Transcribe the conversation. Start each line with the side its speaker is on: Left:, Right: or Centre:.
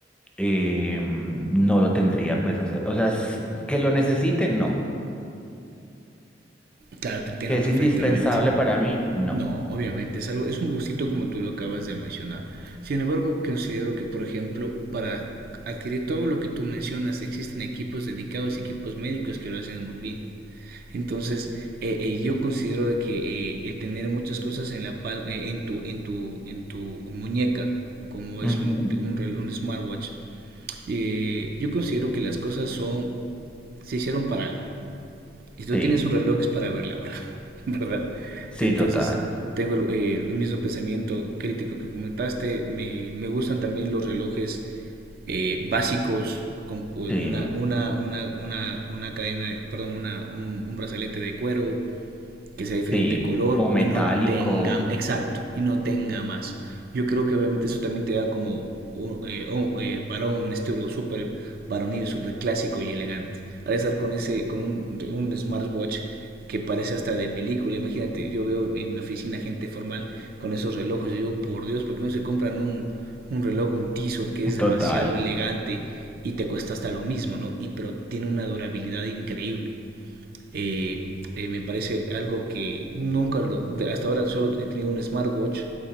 Centre: eh, no lo tendría, pues, hace- o sea, s- que lo necesite, no.
Right: Claro, te entiendo
Centre: Que es
Right: perfectamente.
Centre: indispensable para mí, no.
Right: No, obviamente, es algo, es un gustito como tú lo acabas de mencionar. Sin embargo, considero que, por ejemplo, para adquirir todo lo que tú mencionas, existen equipos dedicados equipos médicos que lo hacen muy bien. Entonces, eh, eh, yo considero de que eh, el tener muchas cosas en la pal- eh, en tu, en tu, en tu muñeca, como
Centre: Ujú.
Right: es un, un, rel- un smartwatch, eh, yo considero que las cosas son, se hicieron para algo. Y si tú
Centre: Sí,
Right: tienes un reloj es para ver la hora, <laughs> ¿verdad?
Centre: sí,
Right: Entonces,
Centre: total.
Right: tengo eh, el mismo pensamiento crítico que comentaste. Me, me gustan también los relojes eh, básicos con una,
Centre: Sí,
Right: una, una, una, una cadena, perdón, una, un, un brazalete de cuero que sea diferente
Centre: sí,
Right: color
Centre: o metálico,
Right: y no tenga, exacto, y no tenga más. Yo creo que obviamente eso también te da como un, eh, un, eh, varón, un estilo súper varonil, súper clásico y elegante. Al estar con, ese, con un, un smartwatch que parece hasta de película, imagínate, yo veo en mi oficina gente formal con esos relojes y digo, por Dios, ¿por qué no se compran un, un reloj, un Tissot que es
Centre: <laughs>
Right: demasiado
Centre: total.
Right: elegante y te cuesta hasta lo mismo, ¿no? Y pero tiene una durabilidad increíble. Eh, eh, me parece algo que nunca, lo- hasta ahora solo he tenido un smartwatch